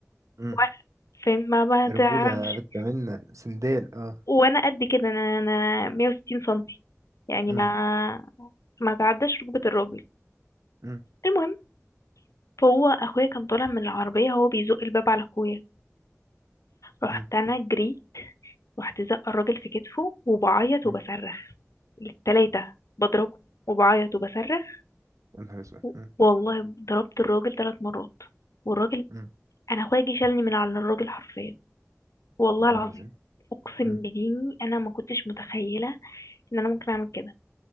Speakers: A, on the right; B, on the left.
A: مم.
B: وأنا- فاهم ما ما
A: رجولة
B: تعرفش
A: بنت منا سندال اه
B: وانا قد كده انا انا 160 سنتي يعني
A: مم.
B: ما ما تعداش ركبة الراجل
A: مم.
B: المهم فهو اخويا كان طالع من العربية هو بيزق الباب على اخويا رحت
A: مم.
B: انا جريت رحت زقه الراجل في كتفه وبعيط
A: مم.
B: وبصرخ التلاتة بضربه وبعيط وبصرخ
A: يا نهار اسود
B: و-
A: مم.
B: والله ضربت الراجل ثلاث مرات والراجل
A: مم.
B: انا اخويا جه شالني من على الراجل حرفيا والله
A: والله
B: العظيم
A: العظيم
B: اقسم
A: مم.
B: بديني انا ما كنتش متخيله ان انا ممكن اعمل كده